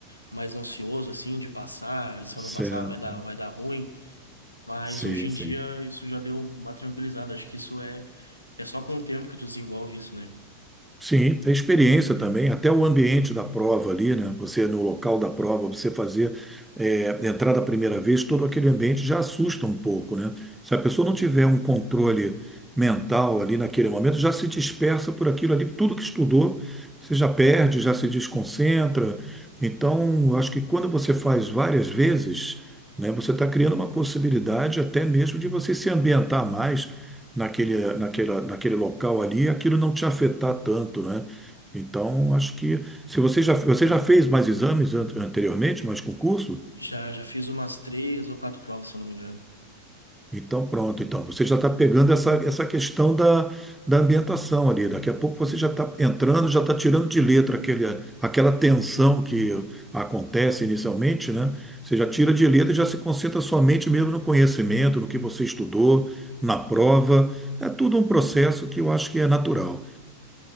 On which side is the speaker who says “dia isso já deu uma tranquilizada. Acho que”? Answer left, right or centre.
Left